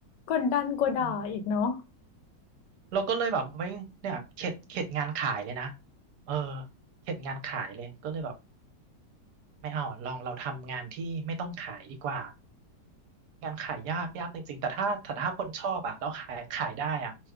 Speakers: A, on the left; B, on the right.
A: กดดันกว่าด่าอีกเนาะ
B: อืมเราก็เลยแบบไม่เนี่ยเข็ดเข็ดงานขายเลยนะเออเข็ดงานขายเลยก็เลยแบบไม่เอาลองเราทำงานที่ไม่ต้องขายดีกว่างานขายยากยากจริงๆแต่ถ้าแต่ถ้าคนชอบอะแล้วขายขายได้อะ